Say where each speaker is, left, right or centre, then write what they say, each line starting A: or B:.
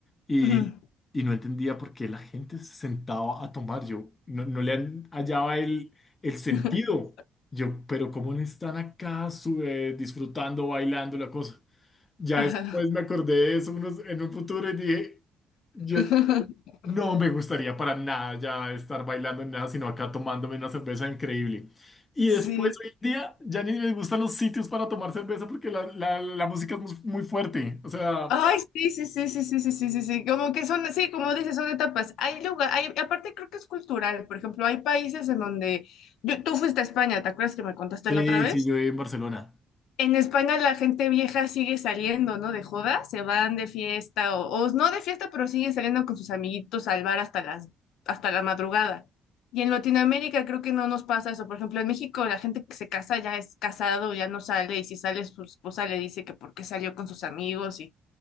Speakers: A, on the left (about 20°); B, on the left (about 85°).
A: y,
B: Ujú.
A: y no entendía por qué la gente se sentaba a tomar. Yo no, no le han- hallaba el, el sentido.
B: <laughs>
A: Yo, pero ¿cómo no están acá su- eh, disfrutando, bailando la cosa? Ya
B: Ajá.
A: después me acordé de eso unos- en un futuro y dije... yo
B: <laughs>
A: no me gustaría para nada ya estar bailando ni nada, sino acá tomándome una cerveza increíble. Y
B: Sí.
A: después hoy en día ya ni me gustan los sitios para tomar cerveza porque la, la- la música es muy muy fuerte. O sea,
B: Ay, sí, sí, sí, sí, sí, sí, sí, sí, sí. Como que son, sí, como dices, son etapas. Hay lugar, hay, aparte creo que es cultural. Por ejemplo, hay países en donde yo, tú fuiste a España, ¿te acuerdas que me contaste
A: sí,
B: la otra vez?
A: sí, yo viví en Barcelona.
B: En España la gente vieja sigue saliendo, ¿no? De joda, se van de fiesta o, o no de fiesta, pero siguen saliendo con sus amiguitos al bar hasta las, hasta la madrugada. Y en Latinoamérica creo que no nos pasa eso. Por ejemplo, en México la gente que se casa ya es casado, ya no sale, y si sale su esposa le dice que por qué salió con sus amigos y